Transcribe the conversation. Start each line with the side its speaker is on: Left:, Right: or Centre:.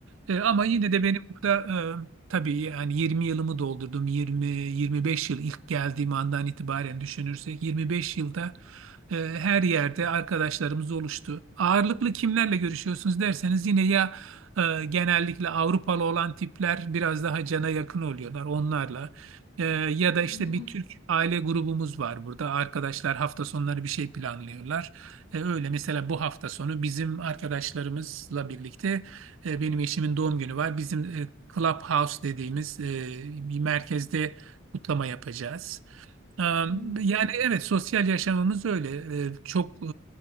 Right: E, ama
Left: Hı hı.
Right: yine de benim burada e, tabii yani 20 yılımı doldurdum. 20-25 yıl ilk geldiğim andan itibaren düşünürsek 25 yılda e, her yerde arkadaşlarımız oluştu. Ağırlıklı kimlerle görüşüyorsunuz derseniz yine ya e, genellikle Avrupalı olan tipler biraz daha cana yakın oluyorlar onlarla. E, ya da
Left: Hı
Right: işte
Left: hı.
Right: bir Türk
Left: <laughs>
Right: aile grubumuz var burada. Arkadaşlar hafta sonları bir şey planlıyorlar. E, öyle mesela bu hafta sonu bizim arkadaşlarımızla birlikte e, benim eşimin doğum günü var. Bizim e, Clubhouse dediğimiz e, bir merkezde kutlama yapacağız. Ee,
Left: hmm.
Right: Yani evet sosyal yaşamımız öyle. Ee, Çok e,